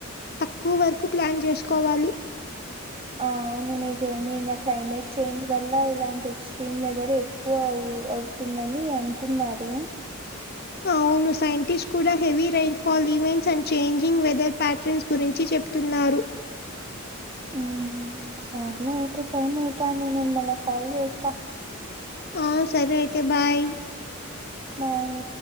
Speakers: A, on the left; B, on the right.
A: తక్కువ వర్క్ ప్లాన్ చేసుకోవాలి
B: అవును నిజమే ఇంకా క్లైమేట్ చేంజ్ వల్ల ఇలాంటి ఎక్ స్ట్రీమ్ వెదర్ ఎక్కువ అవుతుందని అంటున్నారు
A: అవును సైంటిస్ట్ కూడా heavy rainfall events and changing weather patterns గురించి చెప్తున్నారు
B: ఉమ్ సరే లే అయితే టైమ్ అయితాందినేను మళ్ళ కాల్ చేస్తా
A: ఆ సరే అయితే బాయ్
B: బాయ్